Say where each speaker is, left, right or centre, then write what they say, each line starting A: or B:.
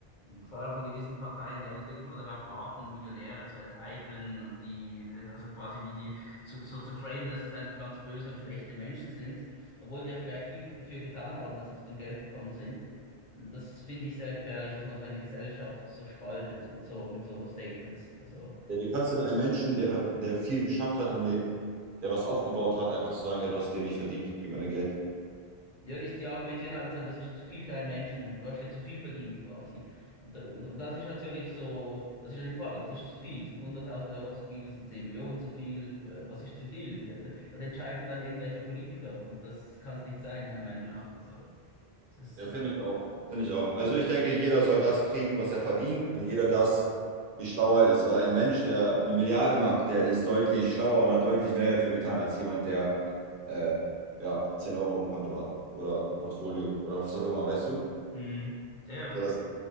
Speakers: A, on the left; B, on the right.
A: vor allem von gewissen Parteien, die eigentlich wirklich nur darauf warten, Millionäre zu enteignen und die, also quasi wie die, so, so zu framen, dass das einfach ganz böse und schlechte Menschen sind, obwohl die ja vielleicht viel dafür getan haben, dass sie zu dem Geld gekommen sind. Das finde ich sehr gefährlich, dass man so eine Gesellschaft so spaltet mit so, mit so Statements. Also
B: ja, wie kannst du denn einem Menschen, der, der viel geschafft hat im Leben, der was aufgebaut hat, einfach zu sagen, ja, du hast es dir nicht verdient, gib mir dein Geld.
A: Ja, die, die argumentieren halt und sagen, das ist zu viel für einen Menschen. Du hast jetzt zu viel verdient quasi. Und, da- und, und das ist natürlich so, das ist halt die Frage, was ist zu viel? Sind hunderttausend Euro zu viel? Sind 10 Millionen zu viel? Äh, Was ist zu viel? Das entscheiden dann irgendwelche Politiker und das kann es nicht sein, meiner Meinung nach. Also, das,
B: Ja, finde
A: äh,
B: ich auch. Finde ich auch. Also ich denke, jeder soll das kriegen, was er verdient und jeder das, wie schlau er ist. Weil ein Mensch, der eine Milliarde macht, der ist deutlich schlauer und hat deutlich mehr dafür getan, als jemand, der äh, ja, 10 Euro auf dem Konto hat oder im Portfolio oder was auch immer, weißt du?
A: mm, ja, ja.
B: So, das